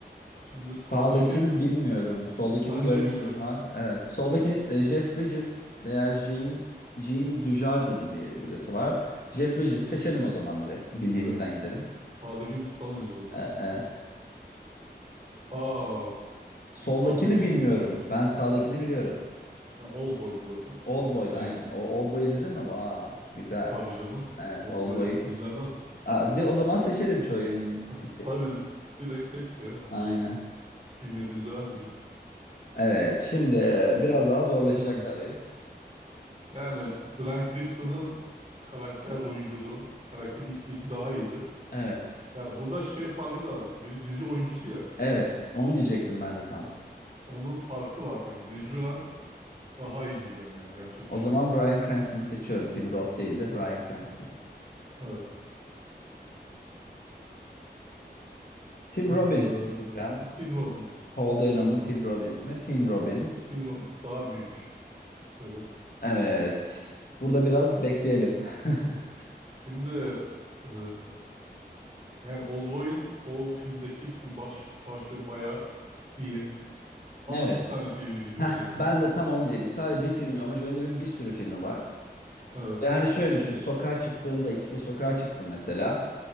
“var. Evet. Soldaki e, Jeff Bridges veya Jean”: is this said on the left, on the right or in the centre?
Left